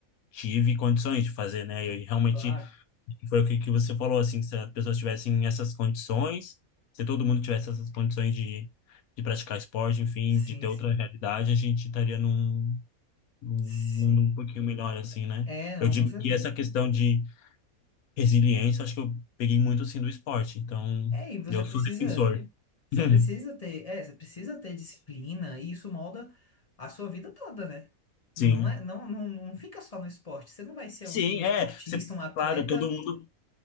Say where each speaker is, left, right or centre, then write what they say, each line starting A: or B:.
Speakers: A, on the left; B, on the left.
A: tive condições de fazer, né, e realmente
B: claro.
A: foi o que, que você falou, assim, que se as pessoas tivessem essas condições, se todo mundo tivesse essas condições de, de praticar esporte, enfim,
B: Sim,
A: de ter
B: sim.
A: outra realidade, a gente estaria num, num
B: Sim.
A: mundo um pouquinho melhor, assim, né,
B: É, não,
A: eu digo
B: com certeza.
A: que essa questão de resiliência, acho que eu peguei muito, assim, do esporte, então,
B: É, e você
A: eu
B: precisa.
A: sou defensor.
B: Você
A: <laughs>
B: precisa ter, é, você precisa ter disciplina e isso molda a sua vida toda, né?
A: Sim.
B: Não é, não, não, não fica só no esporte. Você não vai ser
A: Sim,
B: um, um esportista,
A: é. Você-
B: um atleta.
A: claro, todo mundo,